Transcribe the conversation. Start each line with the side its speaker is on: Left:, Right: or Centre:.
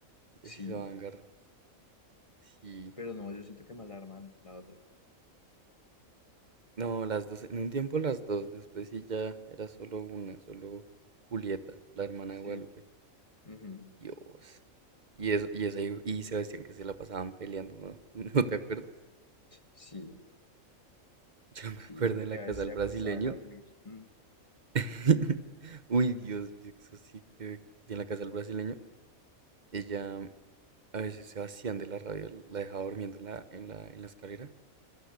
Left: sí,
Right: Y así se van garra. Sí.
Left: pero no, yo siento que mala hermana, la otra.
Right: No, las dos, en un tiempo las dos, después sí ya era solo una, solo Julieta, la hermana
Left: Sí,
Right: de Guadalupe.
Left: ujú,
Right: Dios. Y eso, y esa y y Sebastián que se la pasaban peleando, ¿no? <laughs> ¿No te acuerdas?
Left: Sí,
Right: Yo me
Left: sí,
Right: acuerdo
Left: sí,
Right: en
Left: que
Right: la
Left: a
Right: casa
Left: veces
Right: del
Left: se acostaba
Right: brasileño.
Left: a dormir. "Mm,
Right: <laughs> Uy, Dios, eso sí que. Y en la casa del brasileño. Ella, a veces Sebastián de la radio la dejaba durmiendo en la, en la, en la escalera,